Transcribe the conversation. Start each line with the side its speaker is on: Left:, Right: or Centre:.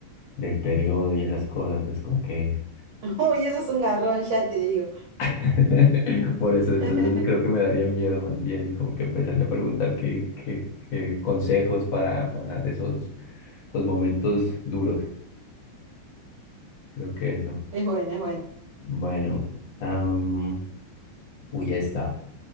Left: del periodo y esas cosas, pues como que...
Right: <laughs> Uy, eso es un garrón, ya te digo.
Left: <laughs> Por eso, entonces
Right: <laughs>
Left: creo que me daría miedo más bien, como que empezaría a preguntar qué, qué, qué consejos para pasar esos, esos momentos duros. Creo que eso.
Right: Es buena, es buena.
Left: Bueno, am, uy, ya está.